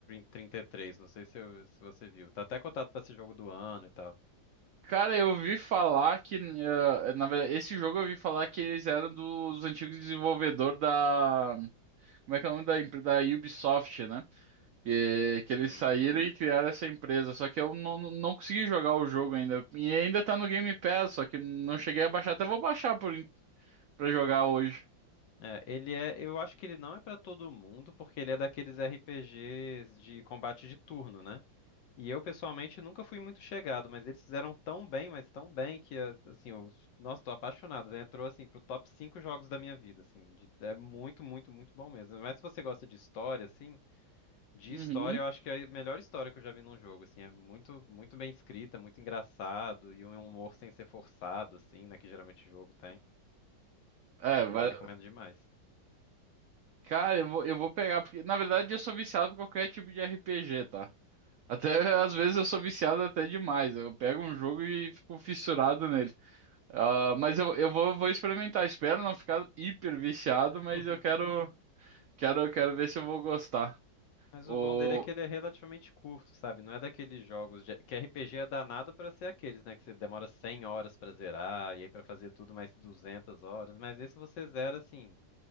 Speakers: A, on the left; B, on the right.
A: 33. Não sei se, eu- se você viu. Tá até cotado pra ser jogo do ano e tal.
B: Cara, eu ouvi falar que, eh, na verdade, esse jogo eu ouvi falar que eles eram dos antigos desenvolvedores da. Como é que é o nome da empresa? Da Ubisoft, né? Que, que
A: Uhum.
B: eles saíram e criaram essa empresa. Só que eu não, não não consegui jogar o jogo ainda. E ainda tá no Game Pass, só que não cheguei a baixar. Até vou baixar por, en- pra jogar hoje.
A: É, ele é, eu acho que ele não é pra todo mundo, porque ele é daqueles RPGs de combate de turno, né? E eu pessoalmente nunca fui muito chegado, mas eles fizeram tão bem, mas tão bem que a- assim, eu, nossa, tô apaixonado. né? Entrou assim pro top 5 jogos da minha vida, assim, de- é muito, muito, muito bom mesmo. Mas se você gosta de história, assim, de
B: Uhum.
A: história, eu acho que é a melhor história que eu já vi num jogo, assim, é muito, muito bem escrita, muito engraçado e um humor sem ser forçado, assim, né, que geralmente o jogo tem.
B: É, vai...
A: Eu recomendo demais.
B: Cara, eu vou, eu vou pegar, porque na verdade eu sou viciado por qualquer tipo de RPG, tá? Até às vezes eu sou viciado até demais. Eu pego um jogo e fico fissurado nele. Ah, mas eu, eu vou, vou experimentar. Espero não ficar hiper viciado, mas
A: <laughs>
B: eu quero, quero, quero ver se eu vou gostar.
A: Mas
B: O...
A: o bom dele é que ele é relativamente curto, sabe? Não é daqueles jogos de... que RPG é danado pra ser aqueles, né? Que você demora 100 horas pra zerar e aí pra fazer tudo mais 200 horas. Mas esse você zera assim,